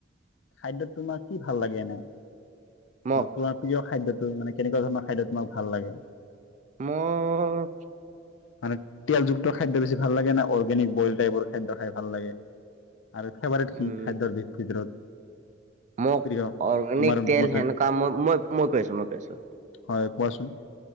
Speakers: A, on the left (about 70°); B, on the right (about 40°).
A: খাদ্যত তোমাৰ কি ভাল লাগে এনেই?
B: মোক
A: তোমাৰ প্ৰিয় খাদ্য তো মানে কেনেকুৱা ধৰণৰ খাদ্য তোমাৰ ভাল লাগে?
B: মোক
A: মানে- তেল যুক্ত খাদ্য বেছি ভাল লাগে নে অৰ্গেনিক বইল টাইপৰ খাদ্য খাই ভাল লাগে। আৰু ফেভেৰেট কি
B: উম
A: খাদ্যৰ ভিতৰত?
B: মোক
A: প্ৰিয়?
B: অৰ্গেনিক
A: তোমাৰ
B: তেল
A: মতে
B: সেনেকোৱা মই মই মই কৈ আছো মই কৈছো।
A: হয় কোৱাচোন?